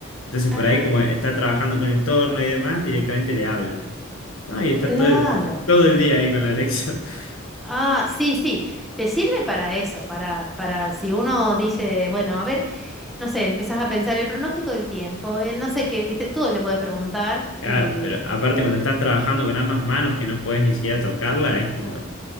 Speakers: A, on the left; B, in the centre.
A: Entonces
B: Ajá.
A: por ahí como está trabajando con el entorno y demás, directamente le habla. Ah, y está
B: Claro.
A: todo el, todo el día ahí con la Alexa. <laughs>
B: Ah, sí, sí, te sirve para eso, para, para si uno dice, bueno, a ver, no sé, empezás a pensar el pronóstico del tiempo, el no sé qué, viste, todo le podés preguntar
A: Claro,
B: y
A: pero aparte cuando estás trabajando con ambas manos que no podés ni siquiera tocarla, es como